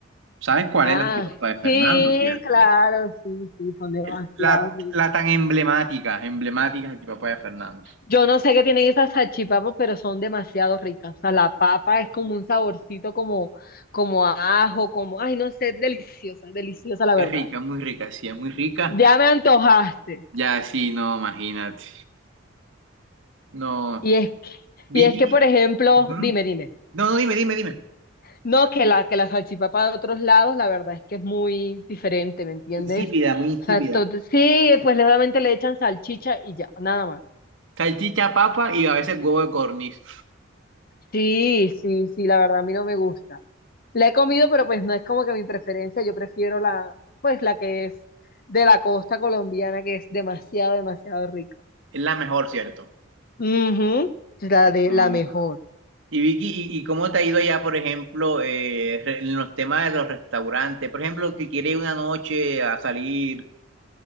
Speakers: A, on the right; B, on the left.
A: ¿Sabes cuál
B: Ah,
A: es la salchipapa de Fernando,
B: sí,
A: cierto?
B: claro, sí, sí, son demasiado
A: El- La,
B: ricas.
A: la tan emblemática, emblemática Jacquipapaya Fernández.
B: Yo no sé qué tienen esas salchipapas, pero son demasiado ricas. O sea, la papa es como un saborcito como, como a ajo, como, ay, no sé, es deliciosa, es deliciosa la
A: Es
B: verdad.
A: rica, muy rica, sí, es muy rica.
B: Ya me antojaste.
A: Ya, sí, no, imagínate. No,
B: Y es que,
A: Vicky.
B: y es que, por ejemplo,
A: ujú.
B: dime, dime.
A: No, no, dime, dime, dime.
B: No, que la, que la salchipapa de otros lados, la verdad es que es muy diferente, ¿me entiendes?
A: Insípida, muy insípida.
B: O sea, esto- sí, pues solamente le echan salchicha y ya, nada
A: Salchicha, papa y a veces huevo de corniz.
B: Sí, sí, sí, la verdad a mí no me gusta. La he comido, pero pues no es como que mi preferencia, yo prefiero la, pues la que es de la costa colombiana, que es demasiado, demasiado rica.
A: Es la mejor, ¿cierto?
B: Ujú, La de
A: No.
B: la mejor,
A: Y Vicky, ¿y, y cómo te ha ido allá, por ejemplo, eh, re- en los temas de los restaurantes? Por ejemplo, si quieres una noche a salir.